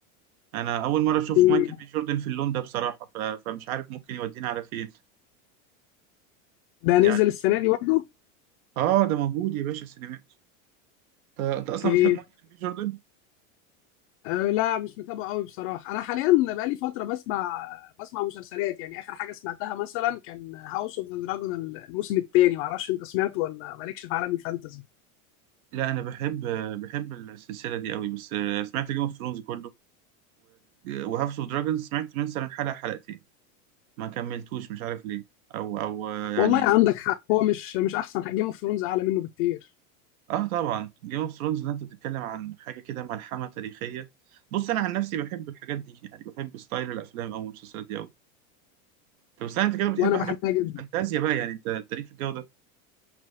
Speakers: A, on the right; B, on the left.
A: انا اول مرة اشوف
B: إيه،
A: مايكل بي جوردن في اللون ده بصراحة ف... فمش عارف ممكن يودينا على فين
B: ده نزل
A: يعني
B: السنه دي برضه
A: اه ده موجود يا باشا السينمات انت أنت اصلا
B: اوكي
A: بتحب مايكل بي جوردن
B: أه لا مش متابعه قوي بصراحه انا حاليا بقالي فتره بسمع بسمع مسلسلات يعني اخر حاجه سمعتها مثلا كان هاوس اوف ذا دراجون الموسم الثاني معرفش انت سمعته ولا مالكش في عالم الفانتازي
A: لا انا بحب بحب السلسلة دي قوي بس آه، سمعت جيم اوف ثرونز كله وهاوس اوف دراجونز سمعت مثلا حلقة حلقتين ما كملتوش مش عارف ليه او او آه، يعني
B: والله عندك حق هو مش مش احسن حاجه جيم اوف ثرونز اعلى منه بكتير
A: اه طبعا جيم اوف ثرونز ده انت بتتكلم عن حاجة كده ملحمة تاريخية بص انا عن نفسي بحب الحاجات دي يعني بحب ستايل الافلام او المسلسلات دي قوي طب استنى انت كده بتحب
B: وانا
A: حاجات
B: بحبها جدا
A: فانتازيا بقى يعني انت انت ليك في الجو ده